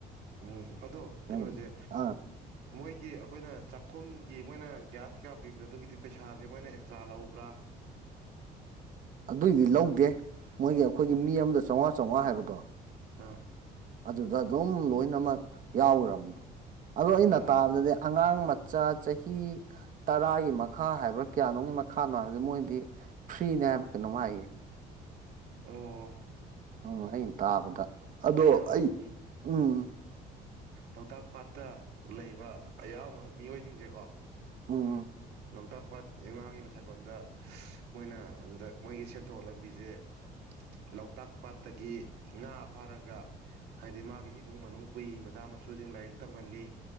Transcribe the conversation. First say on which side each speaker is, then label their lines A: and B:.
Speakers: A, on the right (about 80°); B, on the right (about 50°).
A: ꯎꯝ ꯑꯗꯣ ꯀꯩꯅꯣꯖꯦ
B: ꯅꯪꯒꯤ ꯑꯥ
A: ꯃꯣꯏꯒꯤ ꯑꯈꯣꯏꯅ ꯆꯥꯛꯈꯨꯝꯒꯤ ꯃꯣꯏꯅ ꯒ꯭ꯌꯥꯁ ꯀꯩꯀꯥ ꯄꯤꯕꯖꯦ ꯑꯗꯨꯒꯤꯗꯤ ꯄꯩꯁꯥꯖꯦ ꯃꯣꯏꯅ ꯑꯦꯛꯁꯇ꯭ꯔꯥ ꯂꯧꯕ꯭ꯔꯥ <inaudible>
B: ꯑꯗꯨꯏꯗꯤ ꯂꯧꯗꯦ ꯃꯣꯏꯒꯤ ꯑꯈꯣꯏꯒꯤ ꯃꯤ ꯑꯝꯗ ꯆꯥꯎꯉꯥ ꯆꯥꯎꯉꯥ ꯍꯥꯏꯕꯗꯣ
A: ꯑꯥ
B: ꯑꯗꯨꯗ ꯑꯗꯨꯝ ꯂꯣꯏꯅꯃꯛ ꯌꯥꯎꯒ꯭ꯔꯕꯅꯤ ꯑꯗꯣ ꯑꯩꯅ
A: ꯑꯣ
B: ꯇꯥꯕꯗꯗꯤ ꯑꯉꯥꯡ ꯃꯆꯥ ꯆꯍꯤ ꯇꯔꯥꯒꯤ ꯃꯈꯥ ꯍꯥꯏꯕ꯭ꯔꯥ ꯀꯌꯥꯅꯣꯝ ꯃꯈꯥꯅ ꯍꯥꯏꯕꯗꯤ ꯃꯣꯏꯗꯤ ꯐ꯭ꯔꯤ ꯐ꯭ꯔꯤꯅꯦ ꯍꯥꯏꯕ ꯀꯩꯅꯣꯝꯃ ꯍꯥꯏꯌꯦ
A: ꯑꯣ
B: ꯑꯣ ꯑꯩꯅ ꯇꯥꯕꯗ ꯑꯗꯣ
A: ꯑꯩꯅ ꯑꯃꯨꯛ
B: ꯑꯩ ꯎꯝ
A: ꯂꯣꯛꯇꯥꯛ ꯄꯥꯠꯇ ꯂꯩꯕ ꯑꯌꯥꯝꯕ ꯃꯤꯑꯣꯏꯖꯤꯡꯖꯦꯀꯣ
B: ꯎꯝ
A: ꯂꯣꯛꯇꯥꯛ ꯄꯥꯠ ꯏꯃꯥꯒꯤ ꯃꯁꯥꯏꯀꯣꯟꯗ ꯃꯣꯏꯅ ꯑꯗꯨꯗ ꯃꯣꯏꯒꯤ ꯁꯦꯟꯊꯣꯛ ꯂꯝꯕꯤꯖꯦ ꯂꯣꯛꯇꯥꯛ ꯄꯥꯠꯇꯒꯤ ꯉꯥ ꯐꯥꯔꯒ ꯍꯥꯏꯗꯤ ꯃꯥꯒꯤ ꯏꯃꯨꯡ ꯃꯅꯨꯡ ꯄꯨꯏ ꯃꯆꯥ ꯃꯁꯨꯖꯤꯡ ꯂꯥꯏꯔꯤꯛ ꯇꯝꯍꯜꯂꯤ